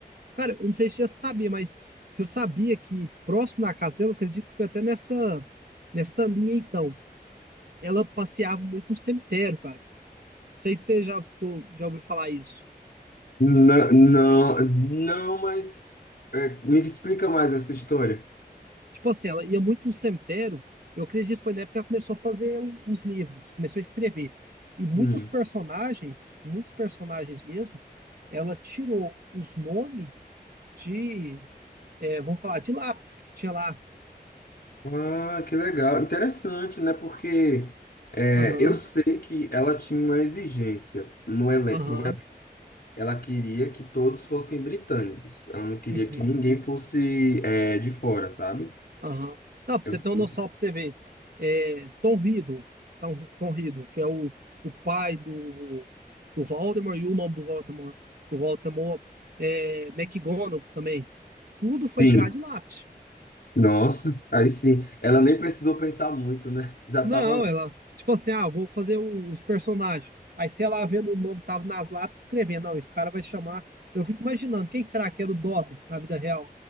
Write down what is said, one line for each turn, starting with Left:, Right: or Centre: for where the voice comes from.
Right: Cara, eu não sei se você já sabia, mas você sabia que próximo da casa dela, eu acredito que foi até nessa, nessa linha, então, ela passeava muito no cemitério, cara. Não sei se você já, ficou- já ouviu falar isso.
Left: Não, não, não, mas é, me explica mais essa história.
Right: Tipo assim, ela ia muito no cemitério. Eu acredito que foi na época que ela começou a fazer o- os livros, começou a escrever. E
Left: Sim.
Right: muitos personagens, muitos personagens mesmo, ela tirou os nomes de, é, vamos falar, de lápis que tinha lá.
Left: Ah, que legal. Interessante, né? Porque é,
Right: Aham,
Left: eu sei que ela tinha uma exigência no elenco,
Right: aham,
Left: Ela queria que todos fossem britânicos. Ela não queria
Right: uhum.
Left: que ninguém fosse é, de fora, sabe?
Right: Aham. Não, pra
Left: Eu
Right: você
Left: sei.
Right: ter uma noção, pra você ver. É, Tom Riddle, Tom, Tom Riddle, que é o, o pai do, do Voldemort, e o nome do Voldemort, do Voldemort, é McGonagall também. Tudo foi
Left: Sim.
Right: tirado de lápis.
Left: Nossa, aí sim. Ela nem precisou pensar muito, né? Já
Right: Não,
Left: tava lá.
Right: ela, tipo assim, ah, vou fazer o- os personagens. Aí você ia lá vendo o nome que tava nas lápis, escrevendo, não, esse cara vai chamar. Eu fico imaginando, quem será que era o Dobby na vida real?